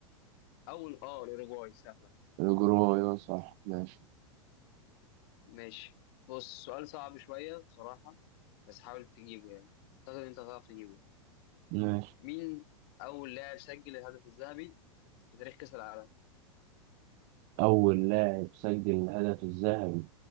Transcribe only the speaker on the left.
اول اه الاوروجواي سهله
ماشي بص سؤال صعب شويه بصراحه بس حاول تجيبه يعني اعتقد انت هتعرف تجيبه
مين اول لاعب سجل الهدف الذهبي في تاريخ كاس العالم